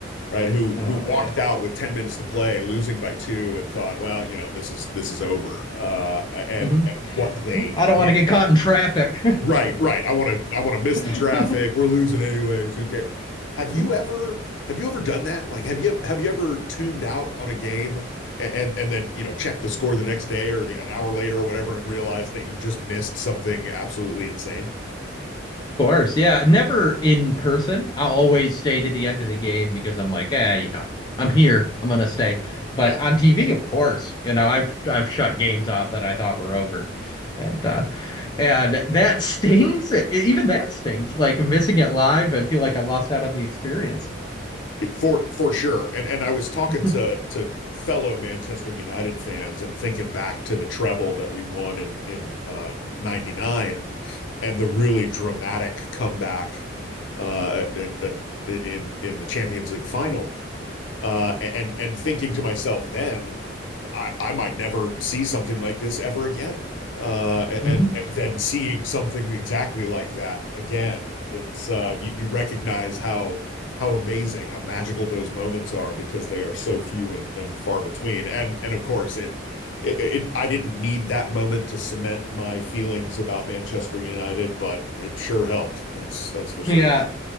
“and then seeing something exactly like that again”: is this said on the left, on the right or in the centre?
Left